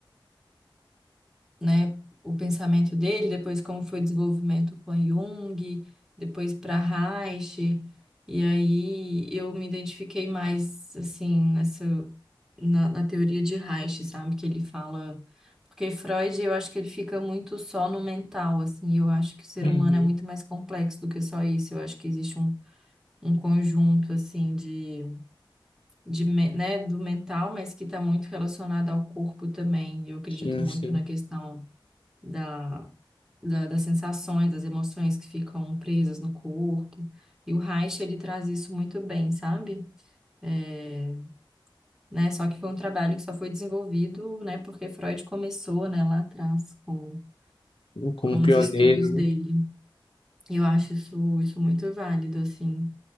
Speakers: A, in the centre; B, on the left.
A: né, o pensamento dele, depois como foi o desenvolvimento com Jung, depois para Reich, e aí eu me identifiquei mais assim nessa na, na teoria de Reich, sabe, que ele fala Porque Freud, eu acho que ele fica muito só no mental, assim. Eu acho que o ser
B: Uhum.
A: humano é muito mais complexo do que só isso. Eu acho que existe um um conjunto assim de, de me- né, do mental, mas que está muito relacionado ao corpo também. Eu acredito
B: Sim,
A: muito
B: sim.
A: na questão da, da- das sensações, das emoções que ficam presas no corpo. E o Reich, ele traz isso muito bem, sabe? É, né, só que foi um trabalho que só foi desenvolvido, né, porque Freud começou, né, lá atrás com,
B: Como
A: com
B: pioneiro,
A: os estudos
B: né?
A: dele. E eu acho isso, isso muito válido, assim.